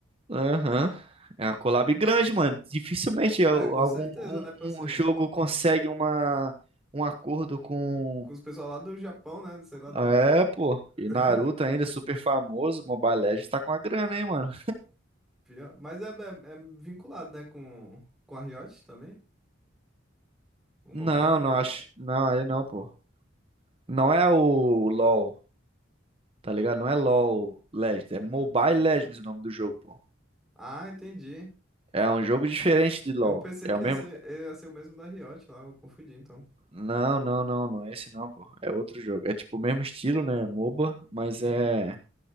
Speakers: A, on the right; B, in the centre.
A: Aham. É uma collab grande, mano. Dificilmente
B: É,
A: al-
B: com
A: algum
B: certeza,
A: um,
B: né? Pra ser.
A: um jogo consegue uma, um acordo com.
B: com os pessoal lá do Japão, né? Não sei lá de
A: É,
B: onde é.
A: pô.
B: <laughs>
A: E Naruto ainda, super famoso. Mobile Legends tá com a grana, hein, mano.
B: Pior. Mas é, é- é vinculado, né? Com, com a Riot também, o mobile.
A: Não, não acho. Não, ele não, pô. Não é o LoL. Tá ligado? Não é LoL Legends, é Mobile Legends o nome do jogo, pô.
B: Ah, entendi.
A: É um jogo diferente de LoL.
B: Eu pensei
A: É
B: que
A: o mesmo.
B: ia ser, ia ser o mesmo da Riot lá, eu confundi, então.
A: Não, não, não, não é esse não, pô. É outro jogo. É tipo o mesmo estilo, né? É MOBA, mas é.